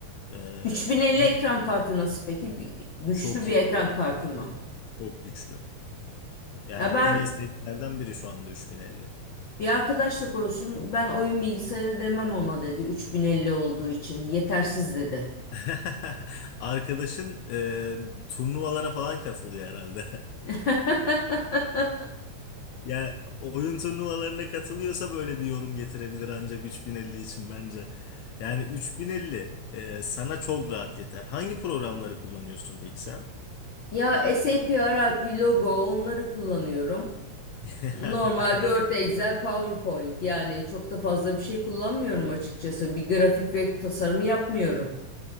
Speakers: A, on the left; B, on the left.
A: E,
B: 3050
A: o
B: ekran
A: yüzden
B: kartı nasıl peki? Gü- Güçlü
A: çok
B: bir
A: iyi,
B: ekran kartı mı?
A: çok güçlü. Yani
B: Ya ben
A: en iyi serilerden biri şu anda 3050.
B: Bir arkadaşla konuştum. Ben oyun bilgisayarı demem ona dedi. 3050 olduğu için yetersiz dedi.
A: <laughs> Arkadaşın e, turnuvalara falan katılıyor herhalde.
B: <laughs>
A: <laughs> Ya oyun turnuvalarına katılıyorsa böyle bir yorum getirebilir ancak 3050 için bence. Yani 3050 e, sana çok rahat yeter. Hangi programları kullanıyorsun peki sen?
B: Ya SAP, RIP, logo onları kullanıyorum.
A: <laughs>
B: Normal Word, Excel, PowerPoint yani çok da fazla bir şey kullanmıyorum açıkçası. Bir grafik ve tasarımı yapmıyorum.